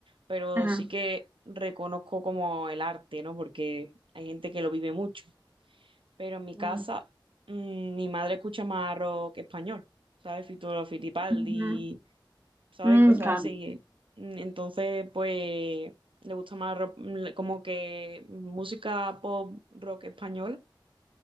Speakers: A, on the right (about 85°); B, on the right (about 25°).
A: pero
B: Ajá.
A: sí que reconozco como el arte, ¿no? Porque hay gente que lo vive mucho, pero en mi casa
B: Mm,
A: mm, mi madre escucha más rock español, ¿sabes? Fito Fitipaldi
B: ujú.
A: ¿sabes?
B: Mm,
A: Cosas
B: claro,
A: así. Mm, Entonces, pues, le gusta más ro- mm, como que música pop, rock español,